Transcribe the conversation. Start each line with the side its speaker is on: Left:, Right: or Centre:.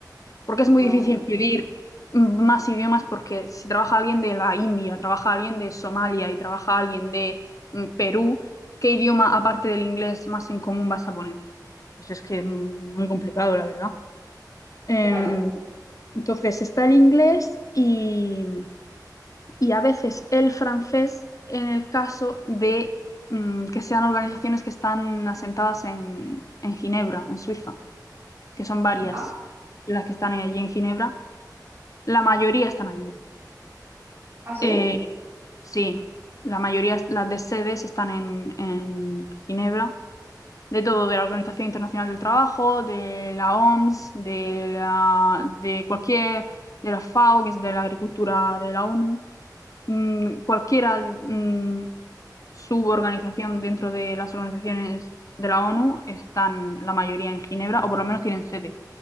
Left: Porque es muy
Right: vale.
Left: difícil pedir más idiomas porque si trabaja alguien de la India, trabaja alguien de Somalia y trabaja alguien de mm, Perú, ¿qué idioma aparte del inglés más en común vas a poner? Pues es que mm, muy complicado, la verdad. Em,
Right: Claro.
Left: entonces está el inglés y, y a veces el francés en el caso de mm, que sean organizaciones que están asentadas en, en Ginebra, en Suiza, que son varias
Right: Ah,
Left: las que están allí en Ginebra la mayoría están allí.
Right: ah, sí.
Left: Eh, sí, la mayoría, las de sedes están en, en Ginebra. De todo, de la Organización Internacional del Trabajo, de la OMS, de, la, de cualquier, de la FAO, que es de la Agricultura de la ONU, mm, cualquiera mm, suborganización dentro de las organizaciones de la ONU están la mayoría en Ginebra, o por lo menos tienen sede